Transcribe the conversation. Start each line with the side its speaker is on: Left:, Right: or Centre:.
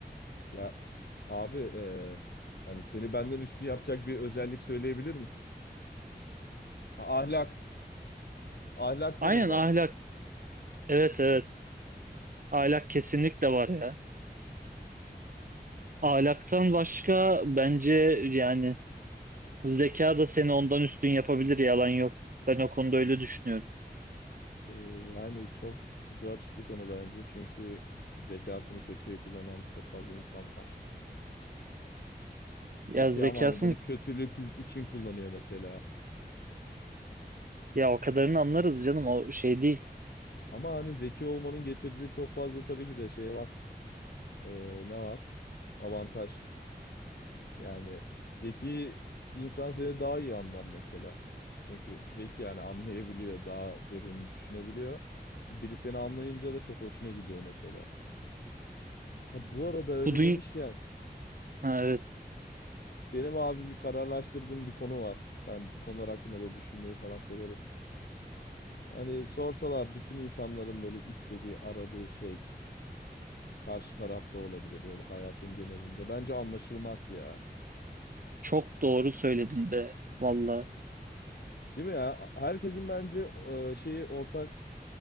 Left: ya abi e, hani seni benden üstü yapacak bir özellik söyleyebilir misin? Ha, ahlak. Ahlak
Right: Aynen
Left: derim bak.
Right: ahlak. Evet evet. Ahlak kesinlikle var ya. Ahlaktan başka bence yani zeka da seni ondan üstün yapabilir yalan yok. Ben o konuda öyle düşünüyorum.
Left: E, yani çok ucu açık bir konu bence. Çünkü zekasını kötüye kullanan çok fazla insan var. Zeki
Right: Ya zekasını
Left: ama hani bunu kötülük için kullanıyor mesela.
Right: ya o kadarını anlarız canım o şey değil.
Left: Ama hani zeki olmanın getirdiği çok fazla tabii ki de şey var. E, ne var? Avantaj. Yani zeki insan seni daha iyi anlar mesela. Çünkü zeki yani anlayabiliyor, daha derin düşünebiliyor. Biri seni anlayınca da çok hoşuna gidiyor mesela. Ha, bu arada öyle
Right: Bu dünya
Left: demişken
Right: evet
Left: benim abi bir kararlaştırdığım bir konu var. Ben bu konular hakkında böyle düşünmeyi falan severim. Hani sorsalar bütün insanların böyle istediği, aradığı şey karşı tarafta olabilir ya da hayatın genelinde. Bence anlaşılmak ya.
Right: çok doğru söyledin be valla.
Left: Değil mi ya? Herkesin bence e, şeyi ortak,